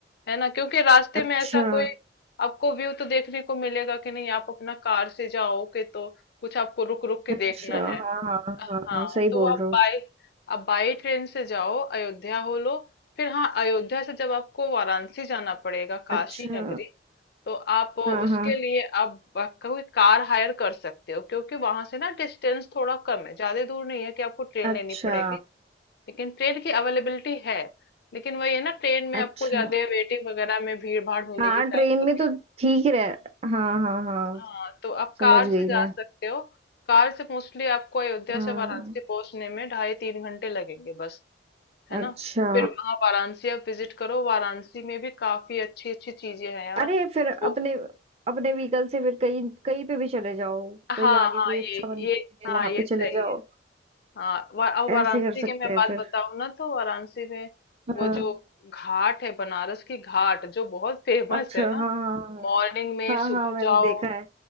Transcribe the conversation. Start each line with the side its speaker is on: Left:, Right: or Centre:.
Left: है ना क्योंकि रास्ते
Right: अच्छा
Left: में ऐसा कोई आपको व्यू तो देखने को मिलेगा कि नहीं आप अपना कार से जाओ कि तो कुछ आपको रुक रुक के
Right: अच्छा
Left: देखना है
Right: हाँ हाँ
Left: हाँ
Right: हाँ हाँ सही
Left: तो
Right: बोल
Left: आप
Right: रहे हो
Left: बाय आप बाई ट्रेन से जाओ अयोध्या हो लो फिर हाँ अयोध्या से जब आपको वाराणसी जाना पड़ेगा काशी
Right: अच्छा
Left: नगरी तो आप उसके
Right: हाँ हाँ
Left: लिए आप कोई कार हायर कर सकते हो क्योंकि वहां से ना डिस्टेंस थोड़ा कम है ज्यादा दूर नहीं है कि आपको ट्रेन
Right: अच्छा
Left: लेनी पड़ेगी लेकिन ट्रेन की अवेलेबिलिटी है लेकिन वही है ना ट्रेन में
Right: अच्छा
Left: आपको ज्यादा वेटिंग वगैरह में भीड़ भाड़ मिलेगी
Right: हाँ ट्रेन
Left: टाइम लगेगा
Right: में तो ठीक रह हाँ हाँ हाँ
Left: हाँ तो आप
Right: समझ
Left: कार
Right: गई
Left: से जा
Right: मैं
Left: सकते हो कार से मोस्टली आपको अयोध्या
Right: हम्म
Left: से वाराणसी पहुंचने में ढाई तीन घंटे लगेंगे बस है
Right: अच्छा
Left: ना फिर वहां वाराणसी आप विजिट करो वाराणसी में भी काफी अच्छी अच्छी चीजें हैं यार
Right: अरे फिर अपने
Left: वो
Right: अपने व्हीकल से फिर कहीं कहीं पे भी चले जाओ
Left: हाँ
Right: कहीं आगे
Left: हाँ
Right: कोई अच्छा
Left: ये
Right: मंदिर
Left: ये
Right: मिले
Left: हाँ
Right: वहां
Left: ये
Right: पे
Left: सही
Right: चले जाओ
Left: है हाँ वा, अब
Right: ऐसे
Left: वाराणसी
Right: कर सकते
Left: की मैं
Right: हैं
Left: बात
Right: फिर
Left: बताऊं ना तो वाराणसी में वो
Right: हाँ
Left: जो घाट है बनारस की घाट जो बहुत <laughs> फेमस
Right: अच्छा
Left: है ना
Right: हाँ हाँ
Left: मॉर्निंग में
Right: हाँ हाँ
Left: सुबह
Right: हाँ मैंने
Left: जाओ
Right: देखा है